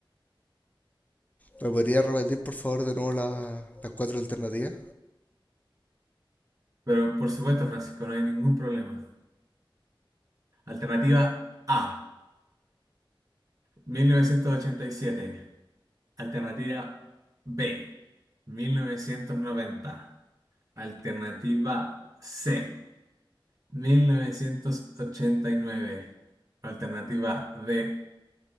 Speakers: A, on the left; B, on the right.
A: ¿Me podría repetir por favor de nuevo la- las cuatro alternativas?
B: Pero por supuesto, Francisco, no hay ningún problema. Alternativa A. 1987. Alternativa B, 1990. Alternativa C, 1989. Alternativa D,